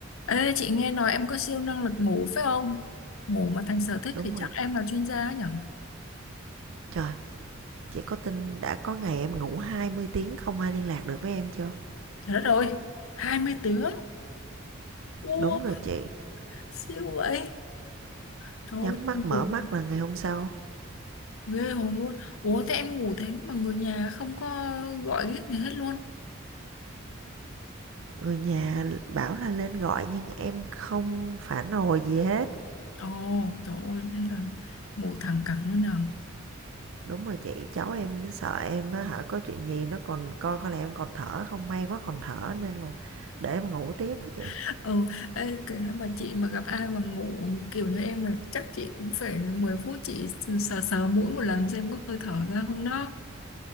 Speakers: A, on the left; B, on the right.
A: Ê, chị nghe nói em có siêu năng lực ngủ phải không? Ngủ mà thành sở thích
B: Đúng
A: thì
B: rồi
A: chắc em
B: chị.
A: là chuyên gia ấy nhở?
B: Trời, chị có tin đã có ngày em ngủ 20 tiếng không ai liên lạc được với em chưa?
A: Trời đất ơi, 20 tiếng. Ô,
B: Đúng rồi chị.
A: siêu vậy. Trời ơi,
B: Nhắm mắt
A: ngủ
B: mở mắt là ngày hôm sau.
A: ghê hồn luôn. Ủa, thế em ngủ thế mà người nhà không có gọi cái gì hết luôn.
B: Người nhà bảo là lên gọi nhưng em không phản hồi gì hết.
A: Ồ, trời ơi, đây là ngủ thẳng cẳng luôn nào.
B: Đúng rồi chị, cháu em nó sợ em á hả có chuyện gì nó còn coi coi là em còn thở không, may quá còn thở nên là để em ngủ tiếp á chị.
A: <laughs> Ừ, ê, kể nếu mà chị mà gặp ai mà ngủ kiểu như em là chắc chị cũng phải 10 phút chị sờ sờ mũi một lần xem có hơi thở ra không đó.